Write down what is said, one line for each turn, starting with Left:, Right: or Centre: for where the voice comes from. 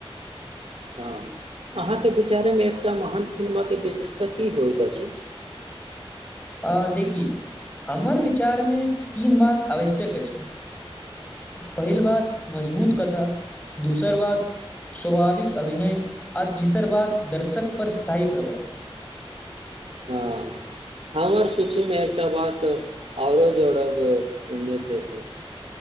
Right: हँ अहाँके विचारेमे एकटा महान फिल्मके विशेषता की होइत अछि
Left: <inaudible> आ देखि हमर विचारमे तीन बात आवश्यक अछि पहिल बात मजबूत कथा दूसर बात स्वभाविक अभिनय आ तीसर बात दर्शक पर स्थायी प्रभाव
Right: ह हमर सूचीमे एकटा बात आओरो जोड़बाक निर्देश